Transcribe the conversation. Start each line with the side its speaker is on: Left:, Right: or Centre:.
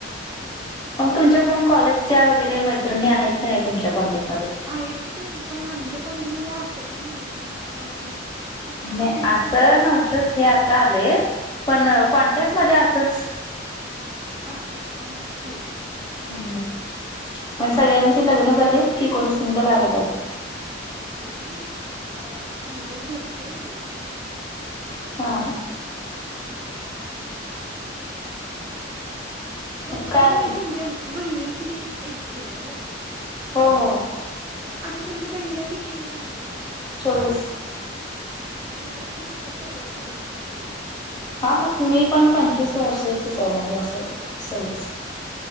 Left: मग तुमच्या कोण कॉलेजच्या वगैरे मैत्रिणी आहेत की नाही तुमच्या कॉन्टॅक्टमध्येध्ये
Right: आहेत पण पण आमच्या कॉलेजमध्ये असं का नव्हतं ना कार्य मग
Left: नाही
Right: आता त्यांना
Left: असं
Right: सगळं
Left: नव्हतच हे आता आले पण कॉन्टॅक्ट मध्ये असंच
Right: असतील आहेत की
Left: मण सगळ्यांचे लग्न झाले की कोणी सिंगल आहेजं
Right: नाही नाही सिंगल भरपूर आहेत
Left: हा
Right: बहुतेक
Left: मग काय
Right: मी
Left: हो
Right: तुमच्या बहिणीची इच्छा आहे हो
Left: हो हो
Right: त आता तुमच्या बहिणीला किती एज लागल्या
Left: चचास
Right: हा मग मला पण आत्ता परवा चोवीस लागलाय
Left: हा मग मी पण पंचवीस वर्षाचीच म्हज अस सर्स